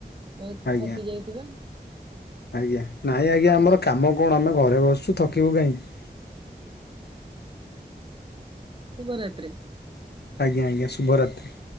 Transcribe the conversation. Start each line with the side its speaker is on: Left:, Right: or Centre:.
Right: ବହୁତ
Left: ଆଜ୍ଞା।
Right: ଥକି ଯାଇ <unintelligible>
Left: ଆଜ୍ଞା ନାଇଁ ଆଜ୍ଞା ଆମର କାମ କଣ ଆମେ ଘରେ ବସିଛୁ ଥକିବୁ କାହିଁକି।
Right: ଶୁଭ ରାତ୍ରୀ।
Left: ଆଜ୍ଞା-ଆଜ୍ଞା ଶୁଭ ରାତ୍ରୀ।